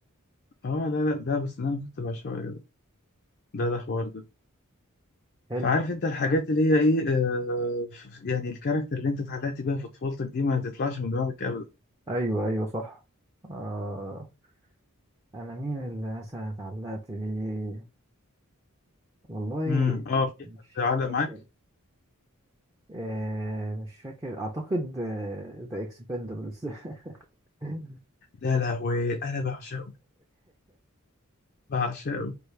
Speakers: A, on the left (about 50°); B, on the right (about 15°).
A: اه لا لا ده بس ده انا كنت بعشقه يا جدع ده ده حوار ده
B: حلو
A: فعارف انت الحاجات اللي هي ايه آه ف- يعني الكاركتر اللي انت اتعلقت بيها في طفولتك دي ما تطلعش من دماغك ابدا
B: ايوه ايوه صح أه انا مين اللي مثلا اتعلقت بيه والله
A: امم اه في
B: مش
A: حد علق
B: فاكر
A: معاك
B: أه مش فاكر اعتقد ذا اكسبندبلز <laughs>
A: لا لا وانا بعشقه بعشقه